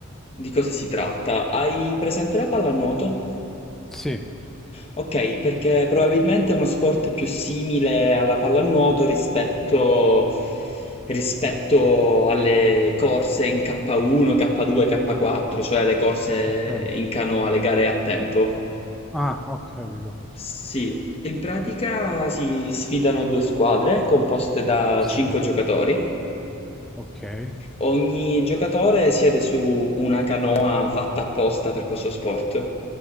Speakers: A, on the left; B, in the centre.
A: di cosa si tratta. Hai presente la pallanuoto?
B: Sì,
A: Ok, perché probabilmente è uno sport più simile alla pallanuoto rispetto, rispetto alle corse in K1, K2, K4, cioè le corse
B: ho capito.
A: in canoa, le gare a tempo.
B: Ah, ho capito.
A: Sì, in pratica si sfidano due squadre composte da
B: Sì,
A: 5 giocatori.
B: ok.
A: Ogni giocatore siede su una canoa fatta apposta per questo sport.